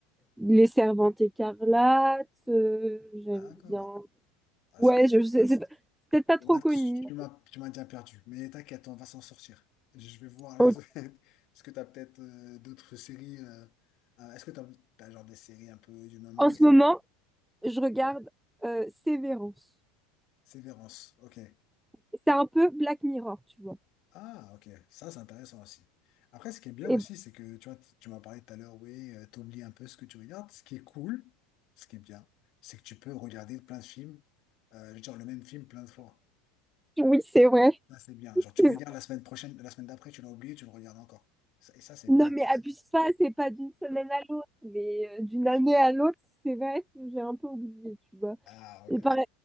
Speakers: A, in the centre; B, on the left.
A: Les Servantes écarlates. euh, j'aime
B: d'accord.
A: bien.
B: Ah,
A: Ouais,
B: c'est...
A: je sais, c'est c'est peut-être pas
B: Là,
A: trop connu.
B: tu tu m'as tu m'as déjà perdu, mais t'inquiète, on va s'en sortir. Je vais voir les
A: Ok.
B: autres. <laughs> Est-ce que t'as peut-être euh, d'autres séries euh, euh, Est-ce que t'as, t'as genre des séries un peu du moment,
A: En ce
B: etc.
A: moment, je regarde euh, Sévérance.
B: Sévérance, ok.
A: C'est un peu Black Mirror, tu vois.
B: Ah, ok, ça c'est intéressant aussi. Après, ce qui est bien
A: Et
B: aussi, c'est que tu vois, t- tu m'as parlé tout à l'heure, oui, euh, t'oublies un peu ce que tu regardes. Ce qui est cool, ce qui est bien, c'est que tu peux regarder plein de films, euh, genre le même film plein de fois.
A: oui, c'est vrai.
B: Ça
A: <laughs>
B: c'est bien. Genre tu regardes la semaine prochaine, la semaine d'après, tu l'as oublié, tu le regardes encore. Ça- Et ça c'est
A: Non,
B: bien.
A: mais abuse pas, c'est pas d'une semaine à l'autre, mais euh, d'une année à l'autre, c'est vrai que j'ai un peu oublié, tu vois.
B: Ah, ok.
A: Et par,